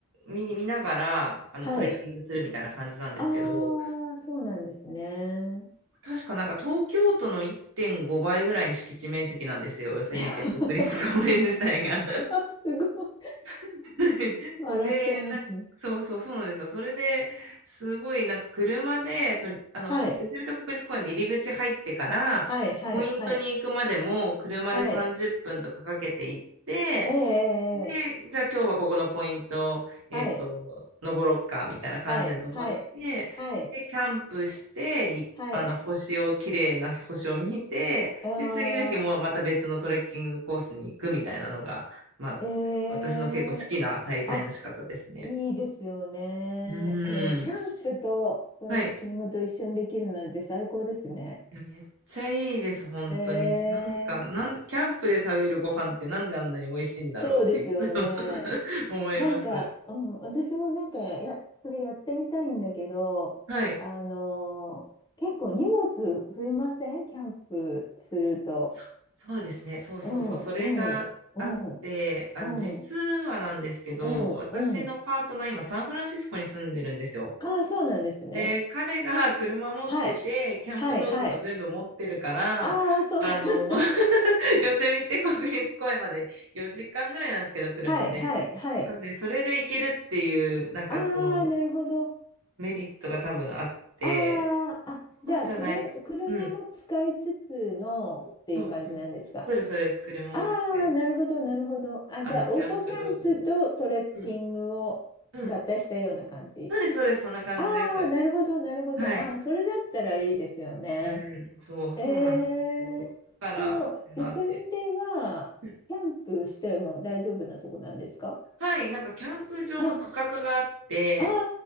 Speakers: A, on the right (about 60°); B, on the left (about 20°).
A: 見、見ながらあのトレッキングするみたいな感じなんですけど、
B: はい。ああ、そうなんですね。
A: 確かなんか東京都の1.5倍ぐらいの敷地面積なんですよ、ヨセミテ国立公園自体が。
B: いや <laughs> すごい。
A: <laughs>
B: 笑っちゃいますね。
A: で、なんかそうそうそうなんですよ。それですごいなんか車でとり、あの、
B: はい。
A: ヨセミテ国立公園の入り口入ってから、
B: はいはいはい。
A: ポイントに行くまでも車で30分とかかけて行って、
B: はい。ええええええ
A: で、じゃあ今日はここのポイント、えっと、
B: はい。
A: 登ろっか、みたいな感じで登って、
B: はいはいはい。
A: で、キャンプして、いあの、
B: はい。
A: 星を、綺麗な星を見て、
B: あ
A: で、次の日もまた別のトレッキングコースに行くみたいなのが、まあ、
B: ー、ええ
A: 私の結構好きな滞在の仕方ですね。
B: あ、いいですよね。
A: うーん。
B: えー、キャンプとトレッキングと一緒にできるなんて最高ですね。
A: はい。いやめっちゃいいです、本当に。
B: ええ
A: なんか、なん、キャンプで食べるご飯ってなんであんなに美味しいんだろうっていつも
B: そうですよね。
A: <laughs> 思います。
B: なんか、うん、私もなんかや、それやってみたいんだけど、
A: はい。
B: あのー結構荷物増えませんキャンプすると。
A: そそうですね。そうそうそう。
B: うん、
A: それがあって、
B: うん、うん、
A: あの、
B: うん、
A: 実はなんですけど、
B: うん、
A: 私のパートナー、
B: うん。
A: 今、サンフランシスコに住んでるんですよ。
B: ああ、そうなんですね。
A: で、彼が車持ってて、
B: はい。
A: キャンプ道具も全部持ってるから、
B: はい、はい。ああ、そう。
A: あの、
B: <laughs>
A: <laughs> ヨセミテ国立公園まで4時間ぐらいなんですけど、車で。
B: はい、はい、はい。
A: なんで、それで行けるっていう、なんかその
B: ああ、なるほど。
A: メリットが多分あって、
B: ああ、あ、じゃあ、
A: そうじゃない、
B: くる、車も使いつつのっていう感じなんですか
A: うん、そうそう、そうです、そうです、車も使え、
B: ああ、なるほど、なるほど。あ、
A: あの、
B: じゃあ、
A: キャンプ道具も。
B: オートキャンプとトレッキングを合体したような感じ。
A: うん。うん。そうです、そうです。そんな感じです。
B: ああ、なるほど、なるほど。
A: はい。
B: ああ、それだったらいいですよね。
A: うん。そう、そうなんですよ。
B: ええ、
A: だから、
B: その、
A: ってのあって。
B: ヨセミテは、
A: うん
B: キャンプしても大丈夫なとこなんですか
A: はい。なんか、キャンプ場の区画があって、
B: あ、あ